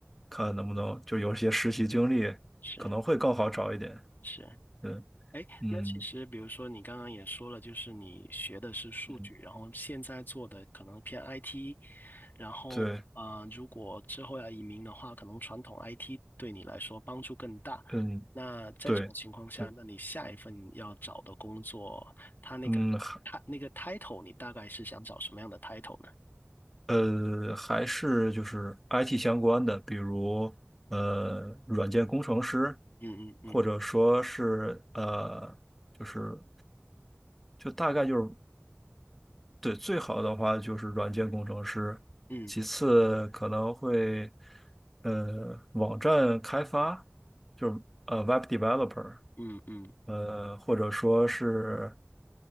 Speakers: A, in the centre; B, on the left (about 45°).
A: 看能不能就有一些实习经历，
B: 是
A: 可能会更好找一点，
B: 是，
A: 对，
B: 哎，
A: 嗯。
B: 那其实比如说你刚刚也说了，就是你学的是数据，
A: 嗯。
B: 然后现在做的可能偏 IT，然后呃，
A: 对，
B: 如果之后要移民的话，可能传统 IT 对你来说帮助更大。
A: 嗯，
B: 那在这种情况下，
A: 对，对，
B: 那你下一份要找的工作，它那个它那个
A: 嗯，还
B: title，你大概是想找什么样的 title 呢？
A: 呃，还是就是 IT 相关的，比如呃，软件工程师，
B: 嗯嗯嗯
A: 或者说是呃，就是就大概就是对，最好的话就是软件工程师，
B: 嗯
A: 其次可能会，呃，网站开发，就是呃，web developer，
B: 嗯嗯
A: 呃，或者说是，